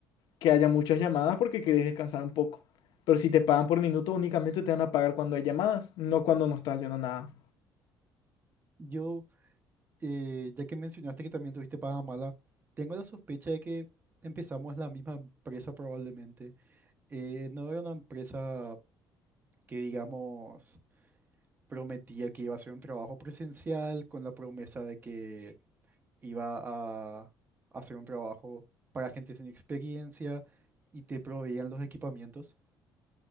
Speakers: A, on the left (about 65°); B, on the right (about 25°).
A: que haya muchas llamadas porque querés descansar un poco. Pero si te pagan por minuto, únicamente te van a pagar cuando hay llamadas, no cuando no estás haciendo nada.
B: yo, eh, ya que mencionaste que también tuviste paga mala, tengo la sospecha de que empezamos la misma empresa probablemente. Eh, no era una empresa que digamos prometía que iba a hacer un trabajo presencial con la promesa de que iba a hacer un trabajo para gente sin experiencia y te proveían los equipamientos.